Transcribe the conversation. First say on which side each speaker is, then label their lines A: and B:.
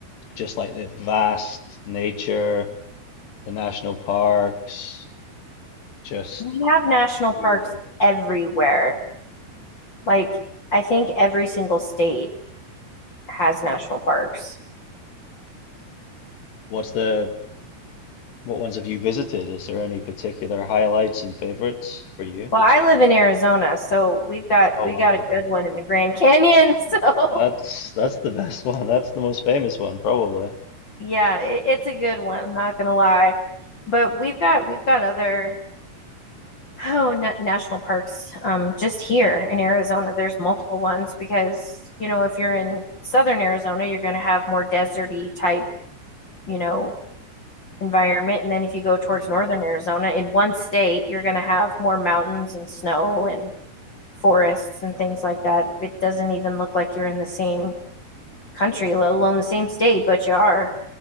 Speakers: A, on the left; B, on the left.
A: Just like the vast nature, the national parks, just
B: we have national parks
A: beautiful.
B: everywhere. Like, I think every single state has national parks.
A: What's the what ones have you visited? Is there any particular highlights and favorites for you?
B: Well, I live in Arizona, so we've got
A: Oh
B: we
A: wow,
B: got a good one in the Grand Canyon. <laughs> So
A: That's that's the <laughs> best one. That's the most famous one, probably.
B: yeah, it, it's a good one. I'm not gonna lie, but we've got we've got other. Oh, na national parks. Um, just here in Arizona, there's multiple ones because, you know, if you're in southern Arizona, you're going to have more deserty type, you know, environment. And then if you go towards
A: Right.
B: northern Arizona, in one state, you're going to have more mountains and snow and forests and things like that. It doesn't even look like you're in the same country, let alone the same state, but you are.